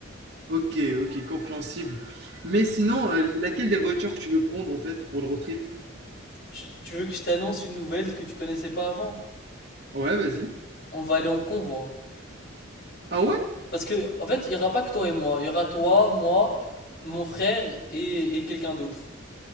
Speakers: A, on the right; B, on the left.
A: Ok, ok, compréhensible. Mais sinon, euh, laquelle des voitures que tu veux prendre en fait pour le road trip?
B: Tu, tu veux que je t'annonce une nouvelle que tu connaissais pas avant?
A: Ouais, vas-y.
B: On va aller en convoi.
A: Ah ouais?
B: Parce que, en fait, il n'y aura pas que toi et moi. Il y aura toi, moi, mon frère et, et quelqu'un d'autre.